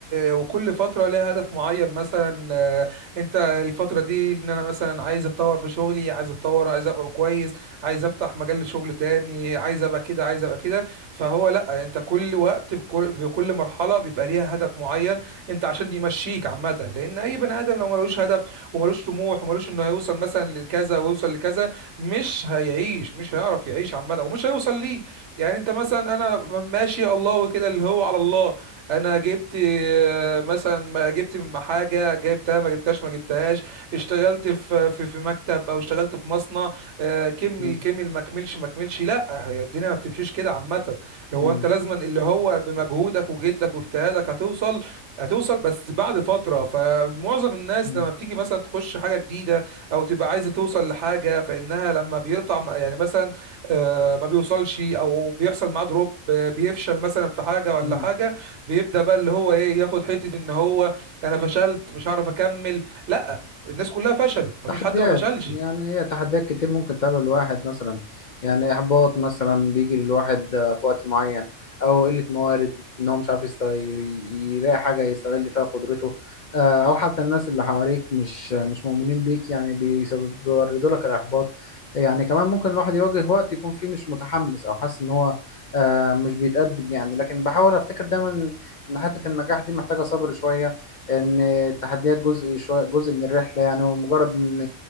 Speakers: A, on the right (about 60°); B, on the left (about 60°).
A: وكل فتره لها هدف معين مثلا آه، انت الفتره دي ان انا مثلا عايز اتطور في شغلي عايز اتطور عايز ابقى كويس عايز افتح مجال لشغل تاني عايز ابقى كده عايز ابقى كده فهو لا انت كل وقت بكل, بكل مرحله بيبقى ليها هدف معين انت عشان يمشيك عامه لان اي بني ادم لو ملوش هدف وملوش طموح وملوش انه هيوصل مثلا لكذا ويوصل لكذا مش هيعيش مش هيعرف يعيش عامه ومش هيوصل ليه يعني انت مثلا انا ماشي الله وكده اللي هو على الله انا جبت آه، مثلا ما جبت من حاجه جبتها ما جبتهاش ما جبتهاش اشتغلت في في في مكتب او اشتغلت في مصنع آه، كمل
B: مم.
A: كمل ما كملش ما كملش لا هي الدنيا ما بتمشيش كده عامه هو
B: مم.
A: انت لازما اللي هو بمجهودك وجدك واجتهادك هتوصل هتوصل بس بعد فتره فمعظم الناس
B: مم.
A: لما بتيجي مثلا تخش حاجه جديده او تبقى عايزه توصل لحاجه فانها لما بيقطع يعني مثلا آه، ما بيوصلش او بيحصل معاه دروب آه، بيفشل مثلا في حاجه ولا
B: مم.
A: حاجه بيبدا بقى اللي هو ايه ياخد حته ان هو انا فشلت مش هعرف اكمل لا الناس كلها فشلت مفيش
B: تحديات
A: حد ما فشلش
B: يعني هي تحديات كتير ممكن تقابل الواحد مثلا يعني إحباط مثلا بيجي للواحد آه، في وقت معين أو قلة موارد إن هو مش عارف يست... ي- يلاقي حاجة يستغل فيها قدرته آه، أو حتى الناس اللي حواليك مش مش مؤمنين بيك يعني بيسبب بيوردوا لك الإحباط يعني كمان ممكن الواحد يواجه وقت يكون فيه مش متحمس أو حاسس إن هو آه، مش بيتقدم يعني لكن بحاول أفتكر دايما إن حتة النجاح دي محتاجة صبر شوية ان التحديات جزء شويه جزء من الرحله يعني ومجرد ان